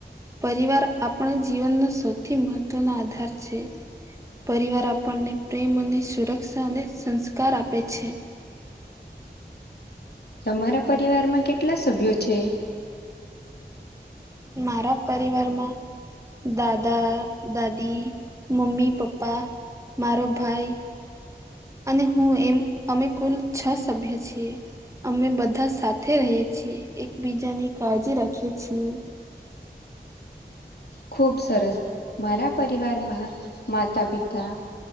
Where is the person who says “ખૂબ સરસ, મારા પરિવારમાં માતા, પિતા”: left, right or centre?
Left